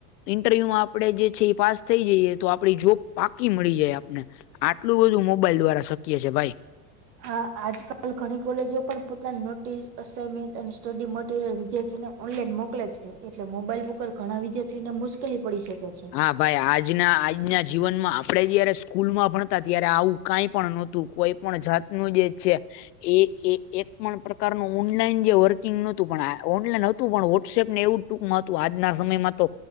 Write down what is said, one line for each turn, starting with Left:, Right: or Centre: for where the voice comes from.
Left: ઇન્ટરવ્યુમાં આપણે જે છે એ પાસ થઈ જઈએ તો આપડી જોબ પાકી મળી જાય આપને આટલું બધું મોબાઈલ દ્વારા શક્ય છે ભાઈ
Right: હા આજકાલ ઘણી કોલેજો પણ પોતાની નોટિસ અસાઇનમેન્ટ અને સ્ટડી મટીરિયલ વિદ્યાર્થીને ઓનલાઇન મોકલે છે એટલે મોબાઈલ વગર ઘણા વિધાર્થીને મુશ્કેલી પડી શકે છે.
Left: હા ભાઈ આજના આજના જીવનમાં આપણે જયારે સ્કૂલમાં ભણતા ત્યારે આવું કાંઈ પણ નહોતું કોઈ પણ જાતનું જે છે. એ એ એક પણ પ્રકારનું ઓનલાઈન જે વર્કિંગ નહોતું પણ ઓનલાઈન હતું પણ વોટ્સએપ ને એવું ટુંકમાં હતું આજના સમયમાં તો